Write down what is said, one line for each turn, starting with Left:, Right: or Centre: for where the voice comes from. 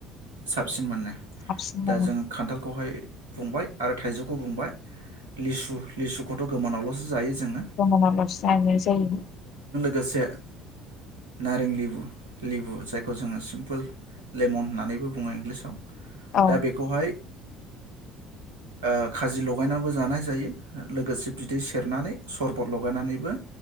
Right: साबसिन मोनो।
Left: हाबसिननानै
Right: दा जों खान्थाल बेहाय बुंबाय आरो थाइजौखौ बुंबाय। लिसु लिसु। थ' गोमोनावल'सो जायो। जोङो
Left: <unintelligible> जानाय जायो
Right: गोसे नारें लेबु लेबु जायखौ जोङो सिम्पोल लेमन होननानैबो बुङो इंलिसाव
Left: औ
Right: दा बेखौहाय ओ खाजि लगायनानैबो जानाय जायो लोगोसे बिदै सेरनानै सरबत लगायनानैबो